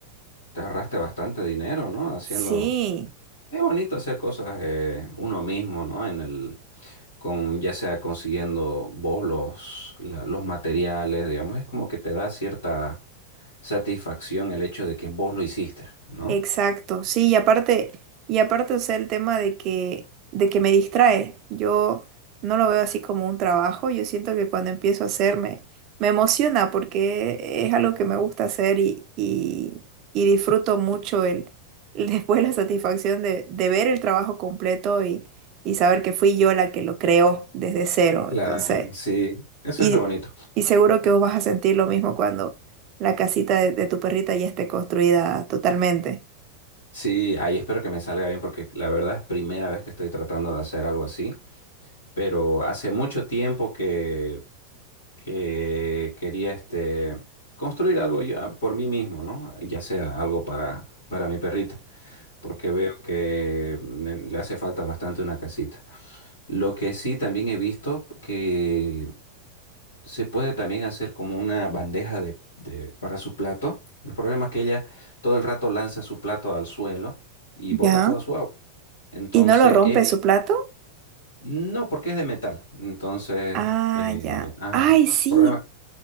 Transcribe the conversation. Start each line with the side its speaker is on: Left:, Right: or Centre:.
Left: te ahorraste bastante dinero, ¿no? Haciendo...
Right: Sí,
Left: Es bonito hacer cosas eh, uno mismo, ¿no? En el, con ya sea consiguiendo vos los, la- los materiales, digamos, es como que te da cierta satisfacción el hecho de que vos lo hiciste, ¿no?
Right: Exacto, sí, y aparte, y aparte, o sea, el tema de que, de que me distrae. Yo no lo veo así como un trabajo. Yo siento que cuando empiezo a hacerme, me emociona porque es algo que me gusta hacer y, y, y disfruto mucho el, el <laughs> después la satisfacción de, de ver el trabajo completo y, y saber que fui yo la que lo creó desde cero.
Left: Claro,
Right: Entonces,
Left: sí, eso
Right: y,
Left: es lo bonito.
Right: y seguro que vos vas a sentir lo mismo cuando la casita de de tu perrita ya esté construida totalmente.
Left: Sí, ahí espero que me salga bien porque la verdad es primera vez que estoy tratando de hacer algo así, pero hace mucho tiempo que, que quería este, construir algo yo- ah, por mí mismo, ¿no? Ya sea algo para, para mi perrita, porque veo que mm, le hace falta bastante una casita. Lo que sí también he visto que se puede también hacer como una bandeja de, de- para su plato. El problema es que ella todo el rato lanza su plato al suelo y bota
Right: Ya.
Left: toda su agua. Entonces,
Right: ¿Y no lo rompe
Left: he vi-
Right: su plato?
Left: no, porque es de metal. Entonces,
Right: Ah,
Left: eh,
Right: ya.
Left: ajá,
Right: Ay, sí.
Left: problema.